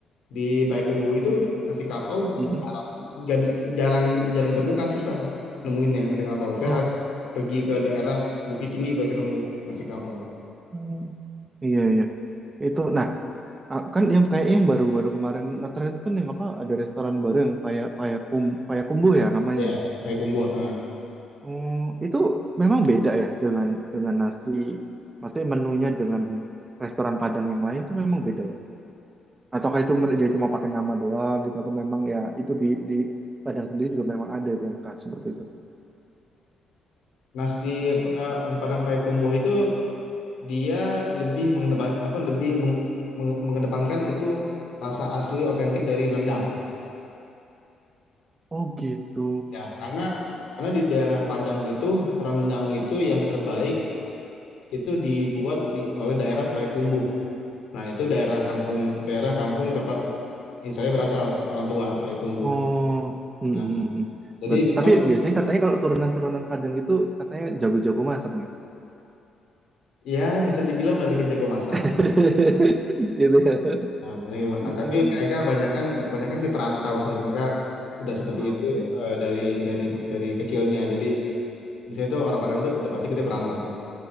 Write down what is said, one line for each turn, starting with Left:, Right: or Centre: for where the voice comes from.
Left: di Payakumbu itu nasi kapau
Right: mm,
Left: jarang nggak bis- jarang jarang temukan susah nemuinnya nasi kapau saya
Right: oh
Left: harus pergi ke daerah Bukit Tinggi baru ketemu nasi kapau
Right: mm, iya iya itu nah ah, kan yang kayaknya yang baru-baru kemarin ngetren itu kan yang apa ada restoran baru yang paya payakum payakumbuh ya namanya
Left: ya Payakumbu ha.
Right: oh itu memang beda ya dengan dengan nasi maksudnya menunya dengan restoran Padang yang lain itu memang beda ya ataukah itu mer- dia cuma pakai nama doang gitu atau memang ya itu di di Padang sendiri juga memang ada yang khas seperti itu
Left: nasi eh, nasi Padang Payakumbu itu dia lebih mengedepan apa lebih meng- meng- mengedepankan itu rasa asli otentik dari rendang
Right: Oh gitu.
Left: ya karena karena di daerah Padang itu rendang itu yang terbaik itu dibuat di oleh daerah Payakumbuh Nah, itu daerah kampung daerah kampung tempat in saya berasal orang tua Payakumbuh.
Right: Oh, mm,
Left: Nah,
Right: mm, mm.
Left: jadi
Right: Bet-
Left: memang
Right: tapi biasanya katanya kalau turunan-turunan Padang itu katanya jago-jago masak nih.
Left: ya bisa dibilang banyak yang jago masak.
Right: <laughs> Gitu ya.
Left: Nah, banyak yang masak,
Right: Oke.
Left: tapi mereka kebanyakan kebanyakan sih perantau sih. Mereka udah seperti
Right: Mm,
Left: itu
Right: Oke.
Left: eh, dari dari dari kecilnya. Jadi misalnya itu orang Padang itu udah pasti gede perantau.